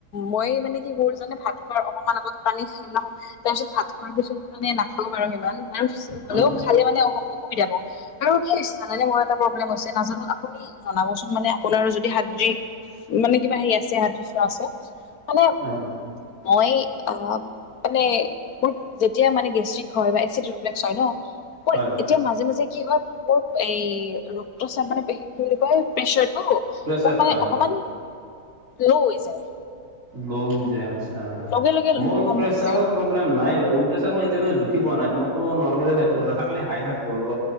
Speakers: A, on the left; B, on the right.
A: মই মানে কি কৰো জানে ভাত খোৱাৰ অকণমান আগত পানী খাই লও। তাৰপিছত- ভাত খোৱাৰ পিছত মানে নাখাওঁ বাৰু সিমান নাচ হ'লেও
B: হয়
A: খালেও মানে অ' অসুবিধা পাওঁ। আৰু কি হৈছে জানানে মই এটা প্ৰব্লেম হৈছে আপুনি জনাবচোন? মানে আপোনাৰ যদি সাদ্ৰিক মানে কিবা হেৰি আছে সাদৃশ্য আছে? মানে
B: অ অ
A: মই আহ মানে মোৰ যেতিয়া মানে গেষ্টিক হয় বা এচিড ৰিফ্লেক্স হয় ন মোৰ
B: হয়
A: এতিয়া মাজে মাজে কি হয় মোৰ এই ৰক্ত চাপ মানে কি বুলি কয় প্ৰেচাৰটো
B: প্ৰেছাৰ
A: মোৰ মানে
B: হয়
A: অকমান লৌ হৈ যায়।
B: লো' হৈ যায় আচ্ছা,
A: লগে লগে
B: মোৰ
A: কমি
B: প্ৰেছাৰৰ
A: যায়
B: প
A: মোৰ
B: প্ৰব্লেম নাই বাৰু প্ৰেছাৰ মই এতিয়ালৈকে জুখি পোৱা নাই মোৰটো নৰ্মেলে থাকিব থাকলে হাই থাকব ল